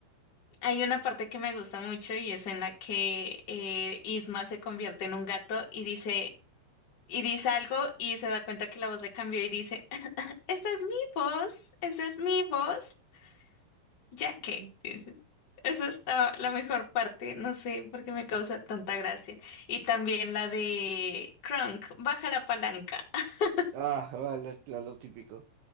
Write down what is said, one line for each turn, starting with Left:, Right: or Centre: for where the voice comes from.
Left: Hay una parte que me gusta mucho y es en la que eh, Isma se convierte en un gato y dice, y dice algo y se da cuenta que la voz le cambió y dice, "Ah, esta es mi voz, esa es mi voz. Ya que,
Right: Ujú.
Left: dice. Esa es la, la mejor parte, no sé por qué me causa tanta gracia. Y también la de Crunk, baja la palanca. <laughs>
Right: Ah, vale, claro, lo típico.